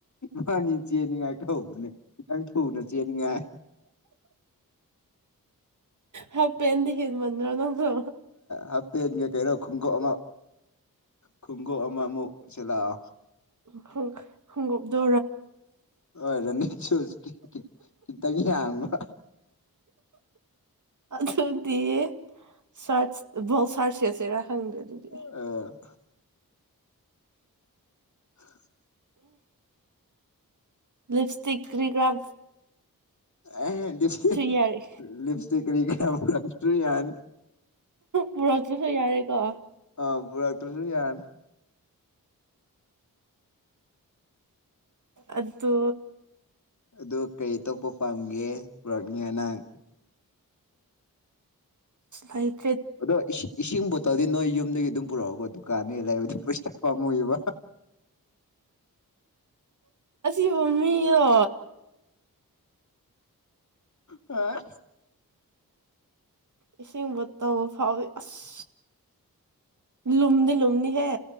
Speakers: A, on the left (about 50°); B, on the right (about 55°).
A: ꯃꯥꯅꯤ ꯆꯦꯟꯅꯤꯡꯉꯥꯏ ꯊꯧꯅꯦ ꯈꯤꯇꯪ ꯊꯧꯅ ꯆꯦꯟꯅꯤꯡꯉꯥꯏ
B: ꯍꯞ ꯄꯦꯟꯗꯤ ꯍꯦꯟꯃꯟꯗ꯭ꯔꯣ ꯅꯪꯁꯨ
A: ꯍꯞꯇꯦꯟꯒꯤ ꯀꯩꯅꯣ ꯈꯣꯡꯎꯞ ꯑꯃ ꯈꯣꯡꯎꯞ ꯑꯃ ꯑꯃꯨꯛ ꯁꯤꯜꯂꯛꯑꯣ
B: ꯍꯝ ꯈꯨꯡꯎꯞꯗꯣ
A: ꯍꯣꯏ ꯔꯅꯤꯡ ꯁꯨꯁꯀꯤ ꯈꯤꯇꯪ ꯌꯥꯡꯕ
B: ꯑꯗꯨꯗꯤ ꯁꯔ ꯕꯣ ꯁꯔꯁꯦꯁ ꯆꯦꯔꯥ ꯈꯪꯗꯦ ꯑꯗꯨꯗꯤ
A: ꯑ ꯍꯥ
B: ꯂꯤꯞ ꯏꯁꯇꯤꯛ ꯀ꯭ꯔꯤꯒ꯭ꯔꯥꯐ
A: ꯑꯦ ꯂꯤꯞꯇꯤ
B: ꯌꯥꯔꯦ
A: ꯂꯤꯞꯁꯇꯤꯛ ꯀꯔꯤ ꯀꯔꯥ ꯄꯨꯔꯥꯛ ꯇꯔ꯭ꯁꯨ ꯌꯥꯅꯤ
B: ꯄꯨꯔꯛꯇ꯭ꯔꯁꯨ ꯌꯥꯔꯦꯀꯣ
A: ꯑ ꯄꯨꯔꯛꯇ꯭ꯔꯁꯨ ꯌꯥꯅꯤ
B: ꯑꯗꯨ
A: ꯑꯗꯨ ꯀꯔꯤ ꯇꯄ ꯄꯥꯝꯒꯦ ꯄꯨꯔꯛꯅꯤ ꯉꯅꯥꯡ
B: ꯂꯥꯏꯠ
A: ꯑꯗꯣ ꯏꯁꯤ ꯏꯁꯤꯡ ꯕꯣꯇꯜꯗꯤ ꯅꯣꯏ ꯌꯨꯝꯗꯒꯤ ꯑꯗꯨꯝ ꯄꯨꯔꯛꯑꯣꯀꯣ ꯗꯨꯀꯥꯟꯒꯤ ꯂꯩꯕꯗꯨꯣ ꯄꯩꯁꯥ ꯄꯥꯝꯃꯨꯏꯕ
B: ꯑꯁꯤꯕ ꯃꯤꯗꯣ
A: ꯑ
B: ꯏꯁꯤꯡ ꯕꯣꯇꯜ ꯐꯥꯎꯋꯤ ꯑꯁ ꯂꯨꯝꯗꯤ ꯂꯨꯝꯅꯤꯍꯦ